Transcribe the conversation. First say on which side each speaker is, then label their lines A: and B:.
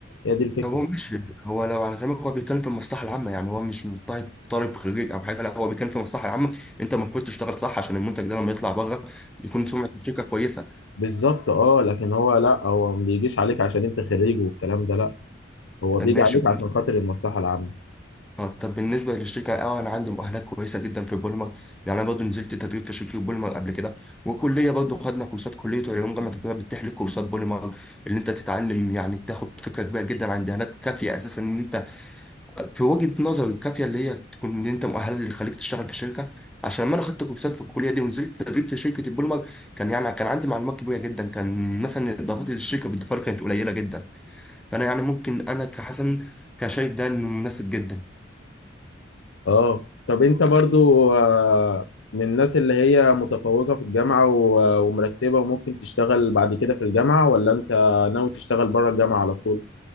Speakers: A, on the left; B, in the centre.
A: هي دي الفكره
B: طب هو ماشي هو لو على كلامك هو بيتكلم في المصلحه العامه يعني هو مش مضطهد طالب خريج او حاجه لا هو بيتكلم في المصلحه العامه انت المفروض تشتغل صح عشان المنتج ده لما يطلع بره يكون سمعه الشركه كويسه طب
A: بالظبط اه لكن هو لا هو ما بيجيش عليك عشان انت خريج والكلام ده لا هو
B: بالظبط
A: بيجي
B: ماشي
A: عليك عشان خاطر المصلحه العامه
B: اه طب بالنسبه للشركه اه انا عندي مؤهلات كويسه جدا في بولمر يعني انا برضه نزلت تدريب في شركه بولمر قبل كده والكليه برضه خدنا كورسات كليه علوم جامعه القاهره بتتيح لك كورسات بولمر اللي انت تتعلم يعني تاخد فكره كبيره جدا عن دهانات كافيه اساسا ان انت في وجهة نظري الكافية اللي هي تكون ان انت مؤهل اللي يخليك تشتغل في شركة عشان لما انا خدت كورسات في الكلية دي ونزلت تدريب في شركة البولمر كان يعني كان عندي معلومات كبيرة جدا كان مثلا اضافاتي للشركة بالدفار كانت قليلة جدا فانا يعني ممكن انا كحسن كشايف ده انه مناسب جدا
A: اه طب انت برضو آه، من الناس اللي هي متفوقة في الجامعة و- ومرتبة وممكن تشتغل بعد كده في الجامعة ولا انت ناوي تشتغل بره الجامعة على طول